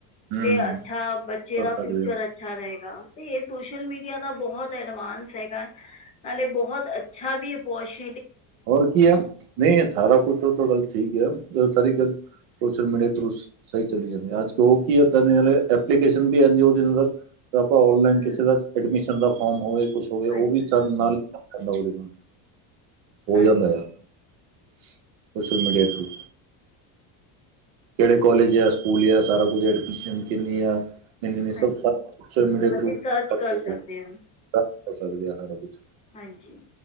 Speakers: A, on the right; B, on the left.
A: ਹੂੰ
B: ਤੇ ਅੱਛਾ ਬੱਚੇ
A: ਕਰ
B: ਦਾ
A: ਸਕਦੇ
B: ਫਿਊਚਰ
A: ਆ
B: ਅੱਛ ਅੱਛਾ ਰਹੇਗਾ। ਤੇ ਇਹ ਸੋਸ਼ਲ ਮੀਡੀਆ ਦਾ ਬਹੁਤ ਐਡਵਾਂਸ ਹੈਗਾ ਨਾਲੇ ਬਹੁਤ ਅੱਛਾ ਵੀ ਪੋਸ਼
A: ਹੋਰ ਕੀ ਹੈ ਨਹੀਂ ਸਾਰਾ ਕੁਛ ਉਹ ਤਾਂ ਗੱਲ ਠੀਕ ਹੈ ਸਾਰੀ ਗੱਲ ਸੋਸ਼ਲ ਮੀਡੀਆ ਥਰੂ ਸਹੀ ਚਲੀ ਜਾਂਦੀ ਅੱਜ ਜੋਪ ਇਦਾ ਦੇ ਆਪਲਿਕੇਸਨ ਏਜ ਓਦਾਂ ਆਪਾਂ ਔਨਲਾਈਨ
B: ਹਮ,
A: ਕਿਸੇ ਦਾ ਐਡਮਿਸ਼ਨ ਦਾ ਫੋਮ ਹੋਵੇ ਕੁਛ ਹੋਵੇ ਉਹ
B: ਹਾਂਜੀ
A: ਵੀ ਨਾਲ ਓਦੇ ਨਾਲ ਹੋ
B: ਹਾਂਜੀ
A: ਜਾਂਦਾ ਆ ਸੋਸ਼ਲ ਮੀਡੀਆ ਥਰੂ। ਕਿਹੜੇ ਕਾਲਜ ਆ, ਸਕੂਲ ਆ ਸਾਰਾ ਕੁਛ ਐਡਮਿਸ਼ਨ ਕਿੰਨੀ ਆ। <unintelligible>
B: ਹਾਂਜੀ ਅਸੀਂ ਸਰਚ ਕਰ ਸਕਦੇ ਹਾਂ ਹਾਂਜੀ